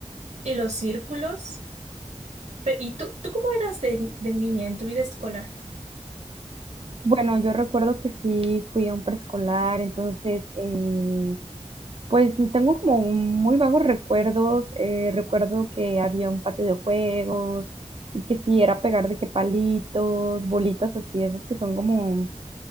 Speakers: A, on the right; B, on the right.
A: y los círculos. Pero, ¿y tú, tú cómo eras de, de niña en tu vida escolar?
B: Bueno, yo recuerdo que sí fui a un preescolar, entonces, eh, pues tengo como un muy vagos recuerdos. eh, recuerdo que había un patio de juegos y que sí era pegar de que palitos, bolitas así, esas que son como